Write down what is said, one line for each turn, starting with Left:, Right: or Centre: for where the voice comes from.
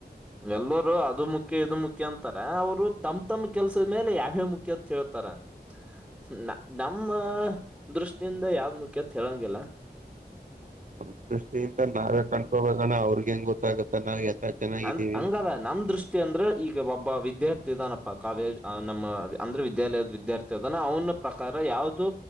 Centre: ಎಲ್ಲರೂ ಅದು ಮುಖ್ಯ ಇದು ಮುಖ್ಯ ಅಂತಾರ ಅವ್ರು ತಮ್ ತಮ ಕೆಲ್ಸದ ಮೇಲೆ ಯಾವ್ಯ ಮುಖ್ಯ ಅಂತ ಹೇಳ್ತಾರ. <unintelligible> ನಮ್ಮ ದೃಷ್ಟಿಯಿಂದ ಯಾವ್ ಮುಖ್ಯತ್ ಹೇಳಂಗಿಲ್ಲ
Right: ನಮ್ ದೃಷ್ಟಿಯಿಂದ ನಾವೇ ಕಣ್ಕೋಬೇಕಣ ಅವ್ರಗ ಹೆಂಗ ಗೊತ್ತಾಗತ್ತ ನಾವ್ ಚೆನ್ನಾಗಿದ್ದೀವಿ
Centre: ಅಂದ್ ಹಂಗಲ್ಲ ನಮ್ ದೃಷ್ಟಿ ಅಂದ್ರೆ ಈಗ ಒಬ್ಬ ವಿದ್ಯಾರ್ಥಿ ಇದಾನಪ್ಪ ಕಾಲೇಜ್ ನಮ್ಮ ಅಂದ್ರೆ ವಿದ್ಯಾಲಯದ ವಿದ್ಯಾರ್ಥಿಾನ ಅವನ ಪ್ರಕಾರ ಯಾವುದು